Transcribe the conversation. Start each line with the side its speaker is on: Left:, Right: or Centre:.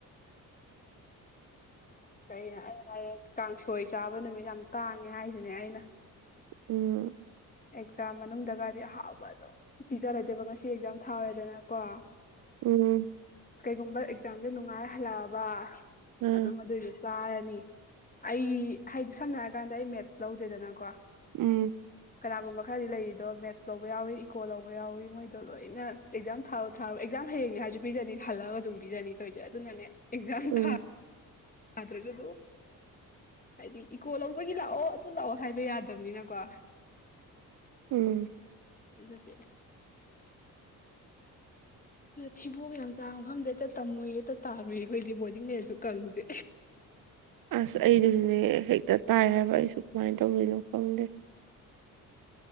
Left: ꯀꯩꯅꯣ ꯑꯩ ꯍꯥꯏꯌꯦ ꯀꯥꯡꯁꯣꯏ ꯆꯥꯕ ꯅꯨꯃꯤꯠ ꯌꯥꯝ ꯇꯥꯡꯉꯦ ꯍꯥꯏꯁꯤꯅꯦ ꯑꯩꯅ
Right: ꯎꯝ
Left: ꯑꯦꯛꯖꯥꯝ ꯃꯅꯨꯡꯗꯒꯗꯤ ꯑꯍꯥꯎꯕ ꯑꯗꯨꯝ ꯄꯤꯖꯂꯗꯦꯕ ꯉꯁꯤ ꯑꯦꯛꯖꯥꯝ ꯊꯥꯔꯦꯗꯅꯀꯣ
Right: ꯎꯝ
Left: ꯀꯩꯒꯨꯝꯕ ꯑꯦꯛꯖꯥꯝꯗ ꯅꯨꯡꯉꯥꯏꯔ ꯍꯜꯂꯛꯑꯕ
Right: ꯑ
Left: ꯑꯗꯨꯝ ꯑꯗꯨꯏꯗꯨꯁꯨ ꯆꯥꯔꯅꯤ ꯑꯩ ꯍꯥꯏꯗꯤ ꯁꯝꯅ ꯍꯥꯏꯔꯀꯥꯟꯗ ꯑꯩ ꯃꯦꯠꯁ ꯂꯧꯗꯦꯗꯅꯀꯣ
Right: ꯎꯝ
Left: ꯀꯅꯥꯒꯨꯝꯕ ꯈꯔꯗꯤ ꯂꯩꯔꯤꯗꯣ ꯃꯦꯠꯁ ꯂꯧꯕ ꯌꯥꯎꯏꯤ ꯏꯀꯣ ꯂꯧꯕ ꯌꯥꯎꯏꯤ ꯃꯣꯏꯗꯣ ꯂꯣꯏꯅ ꯑꯦꯛꯖꯥꯝ ꯊꯥꯔꯣ ꯊꯥꯔꯣ ꯑꯦꯛꯖꯥꯝ ꯍꯌꯦꯡꯅꯦ ꯍꯥꯏꯔꯁꯨ ꯄꯤꯖꯅꯤ ꯈꯜꯂꯒ ꯁꯝ ꯄꯤꯖꯅꯤ ꯇꯧꯔꯤꯁꯦ ꯑꯗꯨꯅꯅꯦ ꯑꯦꯛꯖꯥꯝ
Right: ꯎꯝ
Left: ꯊꯥ ꯑ꯭ꯔꯒꯣ ꯍꯥꯏꯗꯤ ꯏꯀꯣ ꯂꯧꯕꯒꯤ ꯂꯥꯛꯑꯣ ꯑꯗꯨ ꯂꯥꯛꯑꯣ ꯍꯥꯏꯕ ꯌꯥꯗꯕꯅꯤꯅꯀꯣ
Right: ꯎꯝ
Left: ꯑꯗꯨꯒꯤ ꯊꯤꯕꯣꯡ ꯌꯥꯝ ꯆꯥꯕ ꯃꯐꯝꯗ ꯍꯦꯛꯇ ꯇꯝꯃꯨꯏ ꯍꯦꯛꯇ ꯇꯥꯔꯨꯏ ꯑꯩꯈꯣꯏꯗꯤ ꯕꯣꯔꯗꯤꯡ ꯂꯩꯔꯁꯨ ꯀꯪꯉꯗꯦ
Right: ꯑꯁ ꯑꯩꯗꯨꯁꯨꯅꯦ ꯍꯦꯛꯇ ꯇꯥꯏ ꯍꯥꯏꯕ ꯑꯩꯁꯨ ꯀꯃꯥꯏꯅ ꯇꯧꯗꯣꯏꯅꯣ ꯈꯪꯗꯦ